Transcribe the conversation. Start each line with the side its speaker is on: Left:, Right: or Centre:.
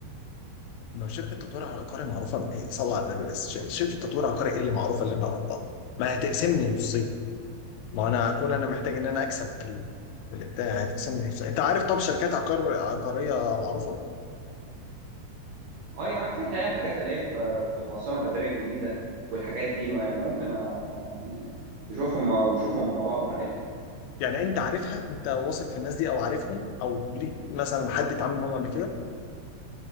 Left: ما هو شركه تطوير عقاري معروفه إيه، صلى على النبي بس ش- شركه تطوير عقاري ايه اللي معروفه
Right: ما
Left: اللي انا اروح لها؟ ما هتقسمني نصين ما انا هكون انا محتاج ان انا اكسب في ال- في البتاع هتقسمني نصين انت عارف طب شركات عقار عقاريه معروفه؟
Right: اه يا عم في الحقيقه الحاجات اللي هي في في العاصمه الاداريه الجديده والحاجات دي ما- يعني ممكن آه، يعني تشوفهم او نشوفهم مع بعض عادي
Left: يعني انت عارفها انت واثق في الناس دي او عارفهم او ليك مثلا حد اتعامل معاهم قبل كده؟